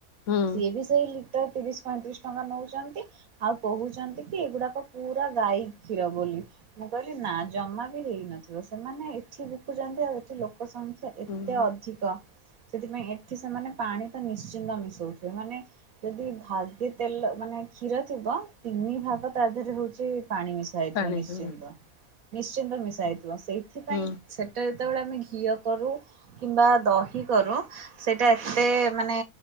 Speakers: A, on the left (about 65°); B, on the right (about 80°).
A: ହୁଁ
B: ସିଏ ବି ସେଇ ଲିଟର ତିରିଶ ପଇଁତିରିଶ ଟଙ୍କା ନଉଛି। ଆଉ କହୁଛନ୍ତି କି ଏଗୁଡାକ ପୁରା ଗାଈ କ୍ଷୀର ବୋଲି। ମୁଁ କହିଲି ନା ଜମା ବି ହେଇନଥିବ ସେମାନେ ଏଠି ବିକୁଛନ୍ତି ଆଉ ଏଠି ଲୋକ ତ ଏତେ
A: ହୁଁ।
B: ଅଧିକ ସେଥିପାଇଁ ଏଠି ସେମାନେ ପାଣି ତ ନିଶ୍ଚିନ୍ତ ମିଶଉଥିବେ। ମାନେ ଯଦି ଭାଗେ ତେଲ ମାନେ କ୍ଷୀର ଥିବ ତିନି ଭାଗ ତା ଦେହରେ ହଉଛି ପାଣି ମିଶା ହୋଇଥିବ
A: ପାଣି
B: ନିଶ୍ଚିନ୍ତ।
A: ହଁ
B: ନିଶ୍ଚିନ୍ତ ମିଶା ହେଇଥିବ। ସେଇଥିପାଇଁ
A: ହୁଁ
B: ସେଟା ଯେତେବେଳେ ଆମେ ଘିଅ କରୁ କିମ୍ବା ଦହି କରୁ। ସେଇଟା ଏତେ ମାନେ